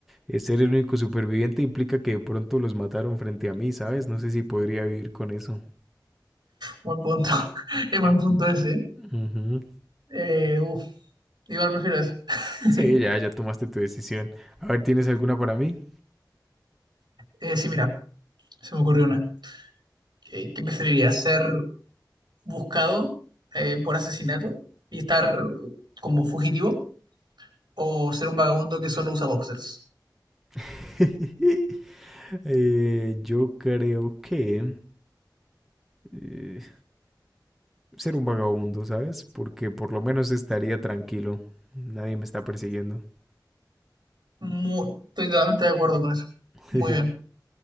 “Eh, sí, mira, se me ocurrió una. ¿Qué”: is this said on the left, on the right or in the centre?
Right